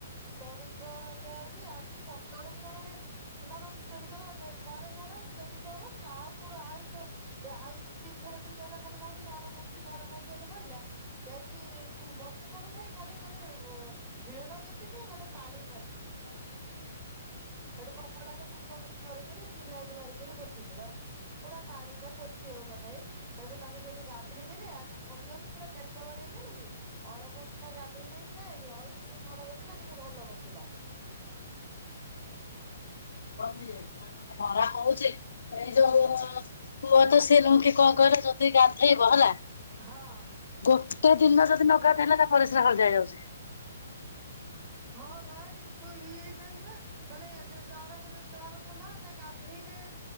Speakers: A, on the right; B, on the left.
A: ପରିଶ୍ରମ ଦିଆହଉଛି ଆଜି ସକାଳୁ ପୁରା ମାନେ ଧନ ବିଶୋଧ କର ଥରେ ଝାଡା ବସିଲା ଦିଇଥର ବସିଲା ଆଉ ଥର ଆଉ ଆଉ ଦି ତିି ଥର କହିଲା ଖାଲି ମ ଝାଡା ମାରୁଛି ଝାଡା ମାରୁଛି ଏତି କହିଲା ଯାଇକି ବସି ପଡୁଥାାଇ ଖାଲି ମାନେ ଫେଣ ଯେତିକି କି ମାନେ ପାଣି ଖାଲି
B: ଆ
A: ସେଠୁ କପଡାରେ ପୋଛା ପୋଛି କରିକିରି ଫିନାଇଲ ମାରିକିରି ପୋଛିଲିବା ପୁରା ପାଣି ପା ପୋଛି ହଉନଥାଏ ସେଠୁ ତାକୁ ସେଠୁ ଗାଧେଇ ଦେଲି ଆଜି ଭଲ କି ପୁରା ପେଟ ବାଡେଇ ଦେଲି ଅଳପ କିିନା ଗାଧେଇ ଦେଇକିନା ଆଇଁଲି ଅଇକା ଯୋଉ ଝାଡ଼ା ବସି ଥିଲା ଟିକେ ଭଲ ବସିଲା।
B: ନେଇ ଖରା ହଉଛି ଏଇ ଯୋଉ ପୁଅ ତ ସିଏ ଲୁ କି କଣ କହିଲେ ଯଦି ଗାଧେଇବ ହେଲା
A: ହଁ।
B: ଗୋଟେ ଦିନ ଯଦି ନ ଗାଧେଇଲା ତା ପରିସ୍ରା ହଳଦିଆ ହେଇଯାଉଛି। ହ
A: ହଁ। <unintelligible> ମାନେ ଜର ହେଲେ ଜର ଥଣ୍ଡା ହେଲେ ଗାଧେଇଲେ